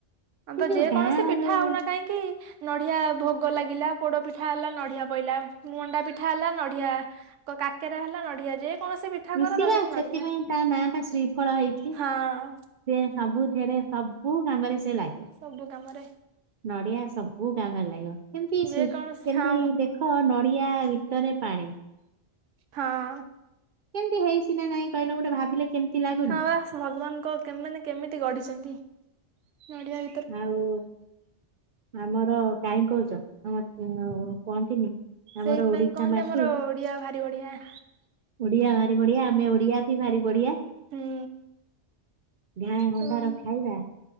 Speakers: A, on the right; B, on the right.
A: ଆଁ
B: ସେ
A: ତ
B: ଯୋଉ
A: ଯେକୌଣସି
B: ଗାଁ ର
A: ପିଠା
B: ଯୋଉ
A: ହଉ ନା କାହିଁକି ନଡିଆ ଭୋଗ ଲାଗିଲା ପୋଡ ପିଠା ହେଲା ନଡିଆ ପଇଲା ମଣ୍ଡା ପିଠା ହେଲା ନଡିଆ କାକରେ ହେଲା ନଡିଆ ଯେ କୌଣସି ପିଠା
B: ଋଷି
A: କର ତା
B: ବା
A: ଦେହରେ
B: ସେଥିପାଇଁ
A: ନଡିଆ
B: ତା ନାଁ ଟା ଶ୍ରୀଫଳ ହେଇଛି। ସେ
A: ହଁ
B: ସବୁଥିରେ ସବୁ କାମରେ ସେ ଲାଗିବ
A: ସବୁ କାମରେ
B: ନଡିଆ ସବୁ କାମରେ ଲାଗିବ କେମିତି
A: ଯେକୌଣସି
B: କେମତି
A: ହଁ
B: ଦେଖ ହଁ ନଡିଆ ଭିତରେ ପାଣି
A: ହଁ।
B: କେମିତି ହେଇଚି ନା ନାଇଁ କହିଲା ଗୋଟେ ଭାବିଲେ କେମିତି ଲାଗୁନି
A: ହଁ ବାସ ଭଗବାନଙ୍କ କେ କେମିତି ଗଢିଛନ୍ତି ଗଢିବା
B: ଆଉ ଆମର କାଇଁ କହୁଛ ଆମ କୁହନ୍ତିନି ଆମର
A: ସେଇଥିପାଇଁ
B: ଓଡିଶା
A: କହନ୍ତି
B: ମାଟି
A: ଆମର ଓଡିଆ ଭାରି ବଢିଆ।
B: ଓଡିଆ ଭାରି ବଢିଆ ଆମେ ଓଡିଆ ଭାରି ବଢିଆ
A: ହୁଁ
B: ଗାଁ ଗଣ୍ଡାର
A: ହଁ
B: ଖାଇବା